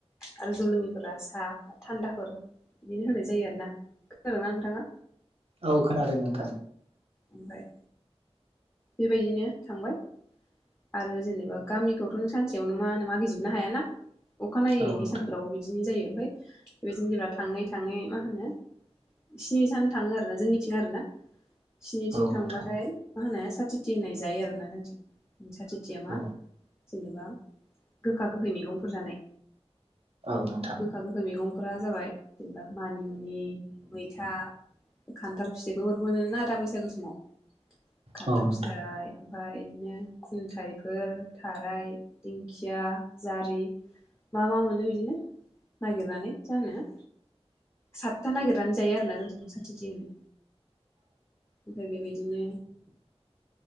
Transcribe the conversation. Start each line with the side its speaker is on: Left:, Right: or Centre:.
Left: आरो जौलोङिफोरा साहा थान्दाफोर बिदिनो होनाय जायो आरोोना खोनादोंना नोंथाङा
Right: औ खोनादों नोंथां
Left: ओमफ्राय बेबायदिनो थांबाय आरो जेनेबा गामिखौथ' सानसेयावनो मा होनो मागिजोबनो हायाना अखानायैनि
Right: औ नोंथां
Left: सानफ्रावबो बिदिनो जायो मफ्राय बेबायदिनो जेब्ला थाङै थाङै मा होनो स्नि सान थाङो आरोोना जोंनिथिं आरोना स्निथिं
Right: औ नोंथां
Left: थांबाथाय मा होना स खाथि होननाय जायो आरोोना होनथि सथिथियामा
Right: औ
Left: जेनेबा गोखा गोखै मैगंफोर जानाय
Right: औ नोंथां
Left: गोखा गोखै मैगं नखरा जाबाय जेनेबा मानिमुनि मैथा खान्थाल फिथाइ गोबोरबोना आदा बैसागु समाव खान्थाल
Right: औ नोंथां
Left: फिथाइ ओमफाय बिदिनो खुन्थायाइफोर थाराय दिंखिया जारि मा मा मोनो बिदिनो नागिरनानै जानो सातथा नागिरनानै जायो आरोना जोंथ साथिथि होनो ओमफ्राय बेबायदिनो